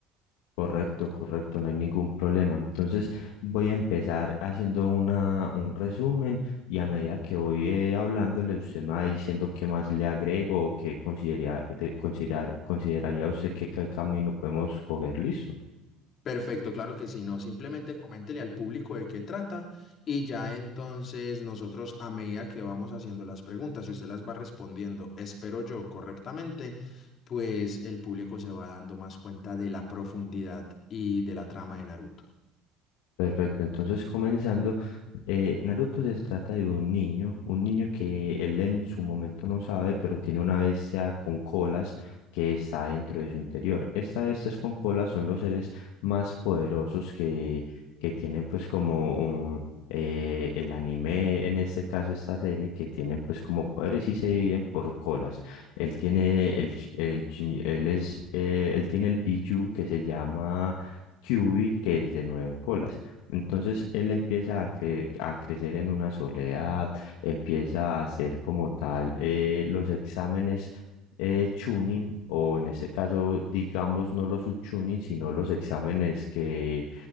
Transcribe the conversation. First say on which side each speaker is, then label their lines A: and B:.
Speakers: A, on the left (about 65°); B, on the left (about 45°).
A: Correcto, correcto, no hay ningún problema. Entonces voy a empezar haciendo una, un resumen y a medida que voy eh, hablándole, usted me va diciendo qué más le agrego o qué consideraría, considerar, consideraría usted que qué camino podemos coger. Listo.
B: Perfecto, claro que sí, no, simplemente coméntele al público de qué trata y ya entonces nosotros a medida que vamos haciendo las preguntas y usted las va respondiendo, espero yo correctamente, pues el público se va dando más cuenta de la profundidad y de la trama de Naruto.
A: Perfecto, entonces comenzando, eh, Naruto se trata de un niño, un niño que él en su momento no sabe, pero tiene una bestia con colas que está dentro de su interior. Estas bestias con colas son los seres más poderosos que, que tienen pues como un, eh, el anime, en este caso esta serie, que tienen pues como poderes y se dividen por colas. Él tiene el, ch- el, chi- él es, eh, él tiene el Biju que se llama... Kyuubi, que es de nueve colas. Entonces él empieza a, cre- a crecer en una soledad, empieza a hacer como tal eh, los exámenes eh, tuning, o en este caso, digamos, no los subtuning, sino los exámenes que,